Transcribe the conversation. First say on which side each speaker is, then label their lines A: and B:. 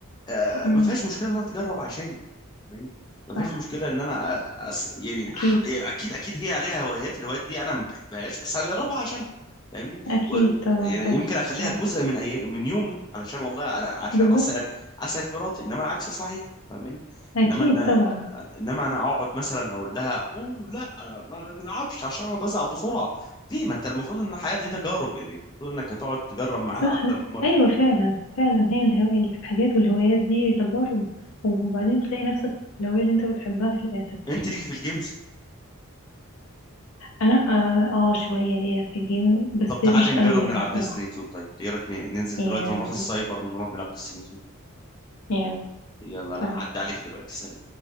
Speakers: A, on the left (about 20°); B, on the left (about 75°).
A: آه
B: امم
A: ما فيهاش مشكله انها تجرب عشاني ما
B: صح
A: فيش مشكله
B: صح
A: ان انا أس... يعني
B: اكيد
A: ح... يعني اكيد اكيد هي عليها هوايات الهوايات دي انا ما بحبهاش بس هجربها عشان فاهمني
B: أكيد
A: و...
B: طبعا
A: يعني
B: طبعا
A: يمكن اخليها جزء من أي... من يومي علشان والله انا عشان
B: بالظبط
A: اسعد اسعد مراتي انما العكس صحيح فاهماني
B: أكيد
A: انما ان
B: طبعا
A: انما انا اقعد مثلا اقول لها اوه لا ما نلعبش عشان انا بزهق بسرعه ليه ما انت المفروض ان الحياه دي تجارب يعني المفروض انك هتقعد تجرب معاها
B: صح
A: اكتر من مره
B: أيوة فعلا فعلا هي الهو... الحاجات والهوايات دي تجارب وبعدين بتلاقي نفسك في الهواية اللي أنت بتحبها في الآخر
A: انت ليكي في الجيمز
B: أنا آه, آه شوية ليا في الجيم بس
A: طب تعالي
B: مش
A: نجرب
B: قوي يعني
A: نلعب
B: بصراحة
A: ديستني 2 طيب ايه رايك ن- ننزل
B: يلا
A: دلوقتي نروح السايبر ونروح نلعب ديستني 2
B: يلا
A: يلا
B: سلام
A: انا هعدي عليك دلوقتي سلام